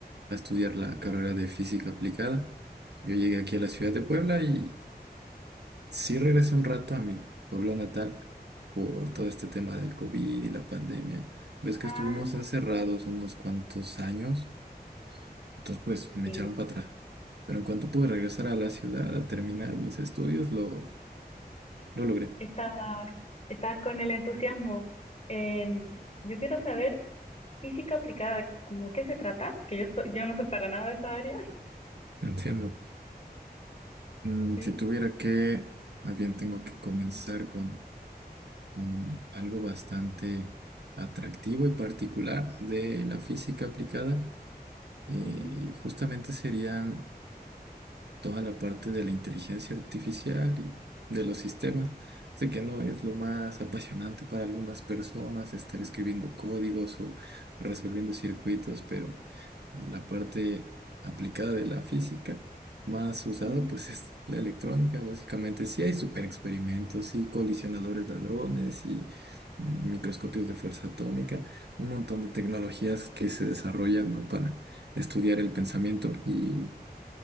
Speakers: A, on the right; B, on the left.
A: a estudiar la carrera de física aplicada. Yo llegué aquí a la ciudad de Puebla y sí regresé un rato a mi pueblo natal por todo este tema del COVID y la pandemia. Ves que
B: Ah,
A: estuvimos encerrados unos cuantos años Entonces, pues me
B: sí.
A: echaron para atrás. Pero en cuanto pude regresar a la ciudad a terminar mis estudios, lo, lo logré.
B: Estabas, estabas con el entusiasmo en, yo quiero saber física aplicada, ¿cómo qué se trata? Que yo, so- yo no soy para nada de esa área. <laughs>
A: Entiendo. Mm,
B: Sí,
A: si tuviera que, más bien tengo que comenzar con, con algo bastante atractivo y particular de la física aplicada, y
B: ujú,
A: justamente serían toda la parte de la inteligencia artificial y de los sistemas. Sé que no es lo más apasionante para algunas personas estar escribiendo códigos o resolviendo circuitos, pero la parte aplicada de la física más usada
B: ujú.
A: pues es la electrónica, básicamente. Sí hay super experimentos y colisionadores de hadrones y mm, microscopios de fuerza atómica, un montón de tecnologías que se desarrollan, ¿no? para estudiar el pensamiento y